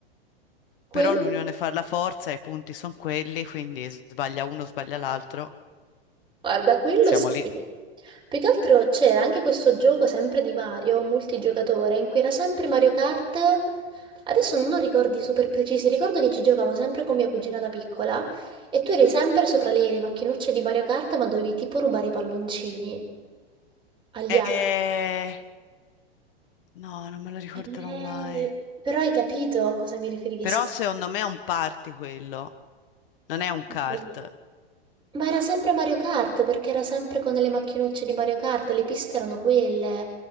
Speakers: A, on the right; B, on the left.
A: Quello,
B: Però l'unione fa la forza, i punti sono quelli, quindi sbaglia uno, sbaglia l'altro.
A: guarda, quello
B: Siamo
A: sì.
B: lì.
A: Più che altro c'era anche questo gioco sempre di Mario, multigiocatore, in cui era sempre Mario Kart. Adesso non ho ricordi super precisi, ricordo che ci giocavo sempre con mia cugina da piccola e tu eri sempre sopra le, le macchinocce di Mario Kart, ma dovevi tipo rubare i palloncini agli
B: Eh,
A: altri.
B: no, non me lo ricorderò
A: Eh,
B: mai.
A: Però hai capito a cosa mi riferisco?
B: Però secondo me è un party quello, non è un kart.
A: Sì. Ma era sempre Mario Kart perché era sempre con le macchinucce di Mario Kart, le piste erano quelle.